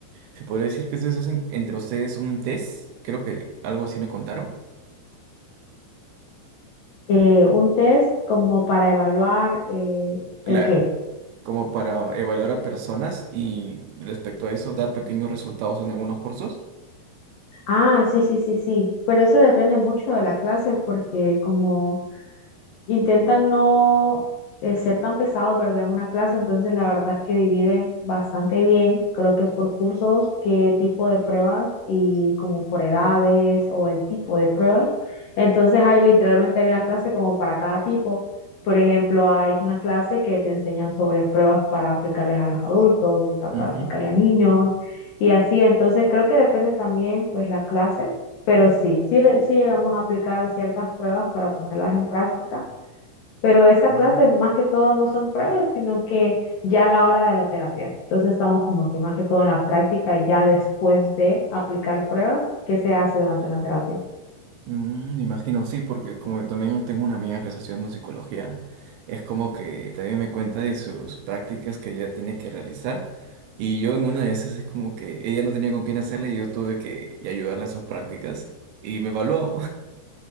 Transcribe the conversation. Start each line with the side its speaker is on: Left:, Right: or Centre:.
Right: Se podría decir que ustedes hacen entre ustedes un test, creo que algo así me contaron.
Left: Eh, un test como para evaluar eh,
Right: Claro,
Left: el qué.
Right: como para evaluar a personas y respecto a eso dar pequeños resultados en algunos cursos.
Left: Ah, sí, sí, sí, sí. Pero eso depende mucho de la clase, porque como intentan no eh, ser tan pesados, ¿verdad? En una clase, entonces la verdad es que dividen bastante bien, creo que por cursos, qué tipo de pruebas y como por edades o el tipo de pruebas. Entonces hay literalmente hay una clase como para cada tipo. Por ejemplo, hay una clase que te enseñan sobre pruebas para aplicarles a los adultos, otra para
Right: Ujú.
Left: aplicarle a niños y así. Entonces creo que depende también pues la clase, pero sí, sí, sí llegamos a aplicar ciertas pruebas para ponerlas en práctica. Pero esta
Right: Mm.
Left: clase más que todo no son pruebas, sino que ya a la hora de la terapia. Entonces estamos como que más que todo en la práctica, ya después de aplicar pruebas, ¿qué se hace durante una terapia?
Right: Mm, me imagino, sí, porque como también tengo una amiga que está estudiando psicología, es como que también me cuenta de sus prácticas que ella tiene que realizar. Y yo en una de esas es como que ella no tenía con quién hacerla y yo tuve que ayudarla en sus prácticas y me evaluó.